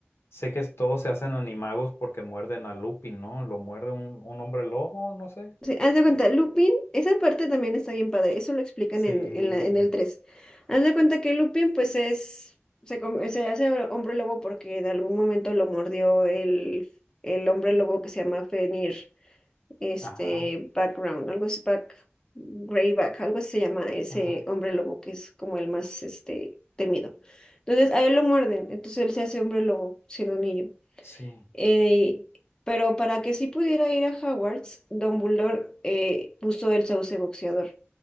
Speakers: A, on the left; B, on the left.
A: Sé que todos se hacen animagos porque muerden a Lupin, ¿no? Lo muerde un, un hombre lobo, no sé.
B: Sí, haz de cuenta, Lupin, esa parte también está bien padre, eso lo explican
A: Sí,
B: en, en, la- en el 3. Haz de cuenta que Lupin pues es, se, com- se hace hombre lobo porque en algún momento lo mordió el, el hombre lobo que se llama Fenrir, este,
A: Ajá,
B: Background, algo así, Back, Greyback, algo así se llama ese
A: ajá,
B: hombre lobo que es como el más, este, temido. Entonces a él lo muerden, entonces él se hace hombre lobo siendo niño.
A: sí.
B: Eh, pero para que sí pudiera ir a Hogwarts, Dumbledore eh, puso el sauce boxeador.